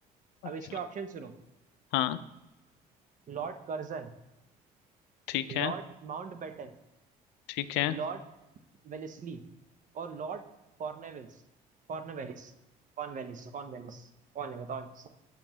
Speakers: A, on the right; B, on the left.
A: अब
B: अच्छा
A: इसके ऑप्शन सुनो
B: हाँ
A: Lord Curzon
B: ठीक
A: Lord
B: है
A: Mountbatten
B: ठीक है
A: Lord Wellesley और Lord Cornwallis Cornwallis Cornwallis Cornwallis कौन है बताओ इसका?